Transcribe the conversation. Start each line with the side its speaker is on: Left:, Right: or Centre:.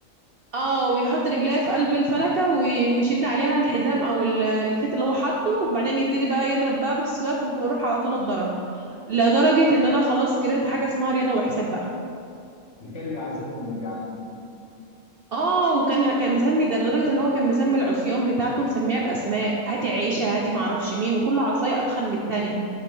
Right: اه ويحط رجليه في قلب الفلكة وي- ويشد عليها الحزام او ال- الخيط اللي هو حاطه وبعدين يبتدي بقى يضرب بقى بس بقى كنت بروح على طول اتضرب لدرجة ان انا خلاص كرهت حاجة اسمها رياضة وحساب بقى
Left: ده كان بيعذبكم مش بيعلمكم
Right: اه وكان ه- كان مسمي ده لدرجه ان هو كان مسمي العصيان بتاعته مسميها باسماء هاتي عيشه هاتي معرفش مين وكل عصايه اتخن من التانيه